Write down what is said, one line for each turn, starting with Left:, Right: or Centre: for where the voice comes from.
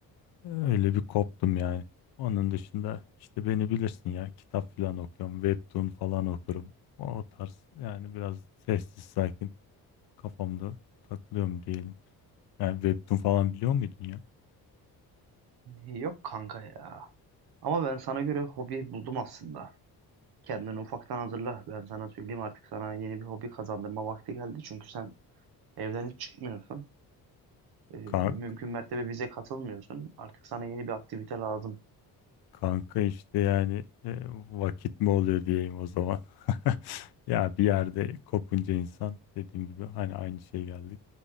Left: Öyle bir koptum yani. Onun dışında işte beni bilirsin ya kitap falan okuyorum. Webtoon falan okurum. O tarz yani biraz sessiz sakin kafamda takılıyorum diyelim. Yani Webtoon falan biliyor muydun ya?
Right: Yok kanka ya. Ama ben sana göre hobi buldum aslında. Kendini ufaktan hazırla. Ben sana söyleyeyim artık sana yeni bir hobi kazandırma vakti geldi. Çünkü sen evden hiç çıkmıyorsun. Ee,
Left: Ka-
Right: mümkün mertebe bize katılmıyorsun. Artık sana yeni bir aktivite lazım.
Left: Kanka işte yani e, vakit mi oluyor diyeyim o zaman. <laughs> Ya bir yerde kopunca insan dediğim gibi hani aynı şey geldik.